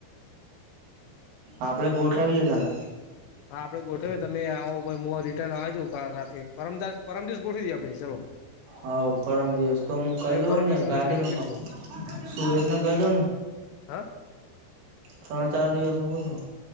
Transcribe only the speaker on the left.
હા આપડે ગોઠવીએ તમે આવો મુઆ રિટર્ન આઈ જાઉ કાલ રાતે પરમદાળ પરમદિવસ ગોઠવી દીએ આપડે ચલો
તમે
પરમ
દિવસ સુરેશને
ગોઠવી
દયો
હ